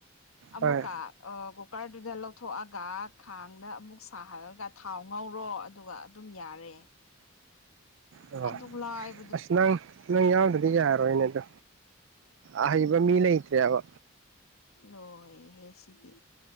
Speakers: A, on the left (about 75°); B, on the right (about 60°).
A: ꯑꯃꯨꯛꯀ
B: ꯍꯣꯏ
A: ꯑꯥ ꯀꯨꯀꯔꯗꯨꯗ ꯂꯧꯊꯣꯛꯑꯒ ꯈꯥꯡꯗ ꯑꯃꯨꯛ ꯁꯥꯍꯜꯂꯒ ꯊꯥꯎ ꯉꯧꯔꯣ ꯑꯗꯨꯒ ꯑꯗꯨꯝ ꯌꯥꯔꯦ
B: ꯑꯣ
A: ꯑꯗꯨꯛ ꯂꯥꯏ
B: ꯑꯁ ꯅꯪ ꯅꯪ ꯌꯥꯎꯗ꯭ꯔꯗꯤ ꯌꯥꯔꯣꯏꯅꯦ ꯑꯗꯣ ꯑꯍꯩꯕ ꯃꯤ ꯂꯩꯇ꯭ꯔꯦꯕ
A: ꯂꯣꯏꯔꯦꯍꯦ ꯁꯤꯗꯤ